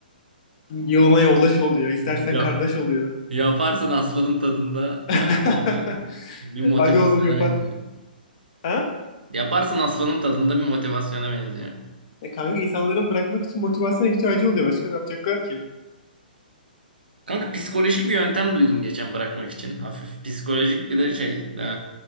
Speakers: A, on the left (about 40°); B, on the right (about 75°).
A: Yoluna yoldaş oluyor. İstersen
B: Ya,
A: kardeş oluyor.
B: yaparsın aslanım tadında
A: <laughs>
B: bence yani bir motivasyona
A: Hadi oğlum yapar.
B: benziyor.
A: Ha?
B: Yaparsın aslanım tadında bir motivasyona benziyor.
A: E kanka insanların bırakmak için motivasyona ihtiyacı oluyor. Başka ne yapacaklar ki?
B: Kanka psikolojik bir yöntem duydum geçen bırakmak için. Hafif psikolojik bir de şey. eee,